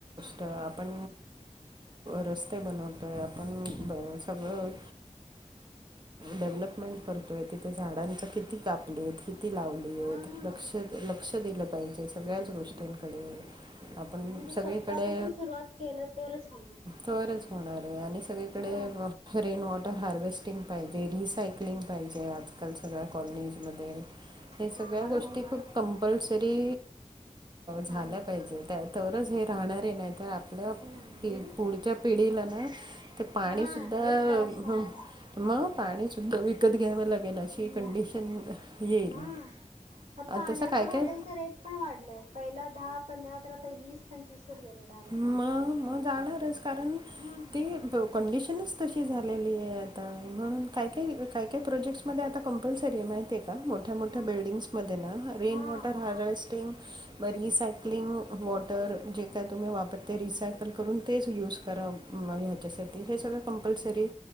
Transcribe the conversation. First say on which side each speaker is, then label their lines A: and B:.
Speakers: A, on the right; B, on the right.
A: तर आपण रस्ते बनवतोय आपण ब सगळं डेव्हलपमेंट करतोय तिथे झाडांच किती कापले लावली
B: हा
A: आहेत
B: ना
A: लक्ष लक्ष दिलं पाहिजे सगळ्याच गोष्टींकडे आपण
B: आणि ते स्वतःपासून
A: सगळीकडे
B: सुरुवात केलं तरच होणार आहे
A: तरच होणार आहे आणि सगळीकडे
B: हा
A: रेन वॉटर हार्वेस्टिंग पाहिजे रिसायकलिंग पाहिजे. आत ल सगळ्या कॉलनीजमध्ये हे
B: हा
A: सगळ्या
B: हळूहळू
A: गोष्टी खूप कंपल्सरी झाल्या
B: हा
A: पाहिजे त्या तरच हे राहणारे नाही. तर आपल्या
B: नाही.
A: पुढच्या पिढीला ना ते पाणी
B: हा
A: सुद्धा
B: लय त्रास होणार
A: मग पाणी सुद्धा विकत घ्यावं लागेल. अशी
B: आहे. घ्या.
A: कंडिशन येईल
B: हा. पाण्याचं
A: तसं काय
B: बॉटलचं
A: काय
B: रेट पण वाढलंय पहिला दहा पंधरा तर आता वीस पंचवीस वर गेले डायरेक्ट
A: मग मग जाणारच कारण
B: हम्म
A: ती कंडिशनच तशी झालेली आहे आता म्हणून काय काय काय काय प्रोजेक्ट्स मध्ये आता कंपल्सरी आह माहिती काय मोठ्या मोठ्या
B: हा.
A: बिल्डिंग्स मध्ये ना रेन
B: हा
A: वॉटर हार्वेस्टिंग बर रिसायक्लिंग वॉटर जे काय तुम्ही वापरते. रिसायकल करून तेच यूज करा मग ह्याच्यासाठी हे सगळं कंपल्सरी